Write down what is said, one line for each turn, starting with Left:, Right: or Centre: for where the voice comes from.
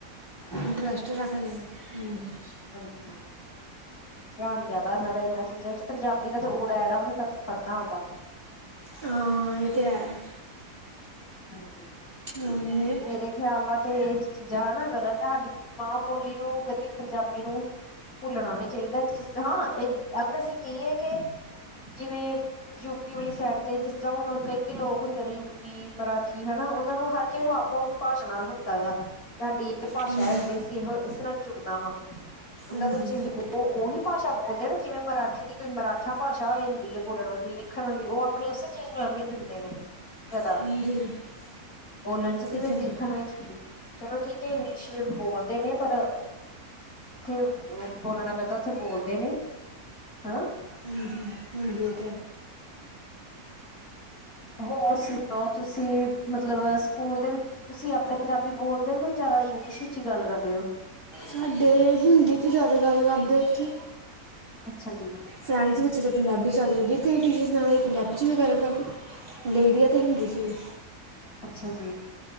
Right: ਇੰਟਰਟਰਸਟ ਰਾਖਦੇ ਨੇ, ਹੂੰ।
Left: ਹਾਂਜੀ ਧਿਆਨ ਜਾਦਾ ਏਨਾ ਦਾ ਏਨਾਂ ਚੀਜ਼ਾਂ ਚ, ਪੰਜਾਬੀ ਦਾ ਤੇ ਉੜਾ ਐੜਾ ਵੀ ਨੀ ਪਤ ਪੜ੍ਹਨਾ ਆਦਾ।
Right: ਹਾਂ ਇਹ ਤਾਂ ਹੈ
Left: ਹਾਂਜੀ।
Right: ਨਵੇਂ
Left: ਮੇਰੇ ਖਿਆਲ ਨਾਲ ਤੇ ਇਹ ਜਾ ਨਾ ਗਲਤ, ਤੁਹਾਡੀ ਮਾਂ ਬੋਲੀ ਨੂੰ, ਕਦੀ ਪੰਜਾਬੀ ਨੂੰ ਭੁੱਲਣਾ ਨਹੀਂ ਚਾਹੀਦਾ, ਜਿਸ ਦਾ ਇਹ, ਅਗਰ ਅਸੀਂ ਕਹੀਏ ਕਿ ਜਿਵੇਂ ਯੂਪੀ ਵਾਲੀ ਸਾਈਡ ਤੇ, ਜਿਸ ਤਰ੍ਹਾਂ ਹੁਣ ਕਈ ਲੋਕ ਹੁੰਦੇ ਨੇ, ਯੂਪੀ, ਮਰਾਠੀ ਹੈਨਾ ਉਹਨਾਂ ਨੂੰ ਹਰ ਨੂੰ ਆਪੋ ਆਪਣੀ ਭਾਸ਼ਾ ਨਾਲ ਹੁੰਦਾ ਆ ਕਿ ਸਾਡੀ ਇਹ ਭਾਸ਼ਾ
Right: ਹਾਂਜੀ
Left: ਹੈ ਜ ਅਸੀਂ ਇਹੋ ਇਸ ਨਾਲ ਜੁੜਨਾ ਵਾ। ਉਹਨਾਂ
Right: ਹਾਂਜੀ
Left: ਦੇ ਵਿੱਚ ਹੀ ਏ ਔਹੀ ਭਾਸ਼ਾ ਬੋਲਦੇ ਨੇ ਜਿਵੇਂ ਮਰਾਠੀ ਦੀ ਕੋਈ ਮਰਾਠਾ ਭਾਸ਼ਾ ਹੋ ਜਾਂਦੀ ਹੈ ਬੋਲਣ ਵਾਲੀ, ਲਿਖਣ ਵਾਲੀ, ਔਹ ਆਪਣੀ ਉਸੇ ਚੀਜ਼ ਨੂੰ ਅਹਿਮੀਤ ਦਿੰਦੇ ਨੇ। ਜ਼ਿਆਦਾ
Right: ਹਾਂਜੀ ਇਹ
Left: ਬੋਲਣ ਚ, ਤੇ
Right: ਤਾਂ ਹੈ
Left: ਲਿਖਣ ਵਿੱਚ ਵੀ ਚਲੋ ਠੀਕ ਹੈ ਇੰਗਲਿਸ਼ ਬੋਲਦੇ ਨੇ, ਪਰ ਜੀਥੇ ਬੋਲਣਾ ਪੈਂਦਾ, ਉੱਥੇ ਬੋਲਦੇ ਨੇ ਹਨਾ।
Right: ਹਾਂਜੀ-ਹਾਂਜੀ, ਐ ਤੇ ਹੈ।
Left: ਹੋਰ ਸੁਣਾਓ ਤੁਸੀਂ, ਮਤਲਬ ਸਕੂਲ ਦੇ ਵਿੱਚ ਤੁਸੀਂ ਅਪ ਆਪਣੇ ਪੰਜਾਬੀ ਬੋਲਦੇ ਹੋ, ਕਿ ਜ਼ਿਆਦਾ ਇੰਗਲਿਸ਼ ਵਿੱਚ ਹੀ ਗੱਲ ਕਰਦੇ ਹੋ?
Right: ਸਾਡੇ ਹਿੰਦੀ 'ਚ ਜ਼ਿਆਦਾ ਗੱਲ ਕਰਦੇ ਇੱਥੇ
Left: ਅੱਛਾ ਜੀ।
Right: ਫਰੈਂਡਸ ਵਿੱਚ ਜੇ ਪੰਜਾਬੀ ਚਲ ਜਾਂਦੀ, ਕਈ ਟੀਚਰਸ ਨਾਲ ਵੀ, ਪੰਜਾਬੀ ਚ ਵੀ ਗੱਲ ਕਰਲੋ। ਲਈ ਦੀ ਐ, ਤੇ ਹਿੰਦੀ ਚ ਵੀ
Left: ਅੱਛਾ ਜੀ।